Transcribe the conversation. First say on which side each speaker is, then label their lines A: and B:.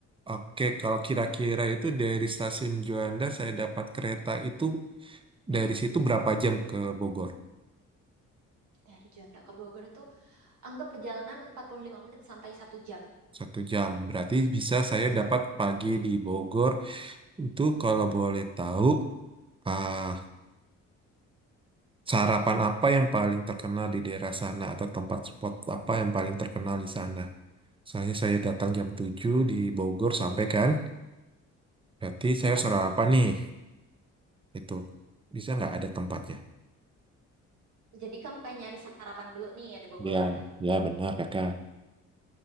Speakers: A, on the right; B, on the right.
A: Oke, kalau kira-kira itu dari stasiun Juanda saya dapat kereta itu dari situ berapa jam ke Bogor?
B: dari Juanda ke Bogor itu anggap perjalanan 45 menit sampai satu jam
A: Satu jam. Berarti bisa saya dapat pagi di Bogor. Itu kalau boleh tahu, ah, sarapan apa yang paling terkenal di daerah sana atau tempat spot apa yang paling terkenal di sana? Misalnya saya datang jam 7 di Bogor sampai kan, berarti
B: Mm-mm.
A: saya sarapan nih. Itu bisa nggak ada tempatnya?
B: Jadi kamu pengen nyari sarapan dulu nih ya di Bogor.
A: Ya, ya benar kakak.